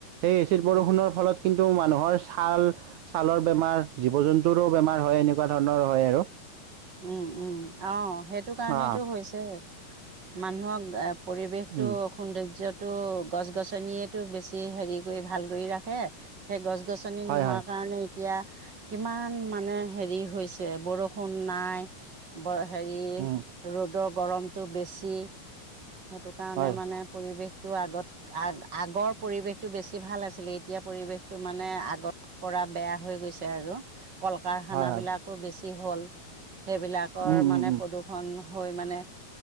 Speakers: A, on the right; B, on the right.
A: সেই এচিড বৰষুণৰ
B: উম।
A: ফলত কিন্তু টো মানুহৰ ছাল ছালৰ বেমাৰ জীৱ জন্তুৰো বেমাৰ হয় এনেকুৱা ধৰণৰ হয় আৰু
B: উম উম অ সেইটো কাৰণেটো
A: অ',
B: হৈছে মানুহক পৰিৱেশটো
A: উম,
B: সৌন্দৰ্য তহ গছ -গছনিয়েটো বেছি হেৰি কৰি ভাল কৰি ৰাখে সেই গছ -গছনি
A: হয়,
B: নোহোৱাৰ
A: হয়,
B: কাৰণে এতিয়া কিমান মানে হেৰি হৈছে বৰষুণ নাই হেৰি
A: উম,
B: ৰ'দক গৰমটো বেছি সেইটো কাৰণে
A: হয়,
B: মানে পৰিৱেশ তো আগত আগৰ আগৰ পৰিৱেশটো বেছি ভাল আছিলে এতিয়া পৰিৱেশটো মানে আগৰ পৰা বেয়া হৈ গৈছে আৰু কল -কাৰখানা
A: হয়, হয়,
B: বিলাকো বেছি হ'ল। সেইবিলাকৰ
A: উম,
B: মানে
A: উম, উম।
B: প্ৰদূষণ হৈ মানে